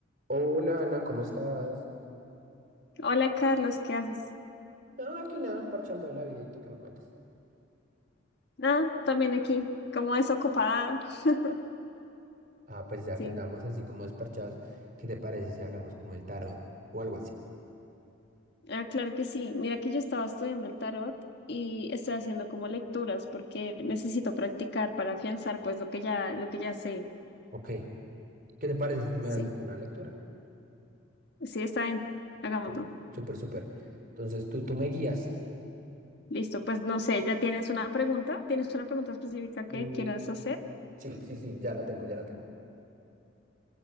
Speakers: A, on the right; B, on the left.
A: Hola Ana, ¿cómo estás?
B: Hola Carlos, ¿qué haces?
A: No, aquí nada, parchando de la vida, ¿y tú qué me cuentas?
B: Nada, también aquí, como desocupada. <laughs>
A: Ah, pues ya
B: Sí,
A: que andamos así como desparchados, ¿qué te parece si hablamos como del tarot o algo así?
B: ah, claro que sí. Mira que yo estaba estudiando el tarot y estoy haciendo como lecturas porque necesito practicar para afianzar pues lo que ya, lo que ya sé.
A: Ok, ¿qué te parece si me
B: Sí,
A: haces tú una lectura?
B: sí, está bien. Hagámoslo.
A: Sí. Súper, súper. Entonces tú, tú me guías.
B: Listo, pues no sé, ¿ya tienes una pregunta? ¿Tienes una pregunta específica que
A: Mm,
B: quieras hacer?
A: sí, sí, sí, ya la tengo, ya la tengo.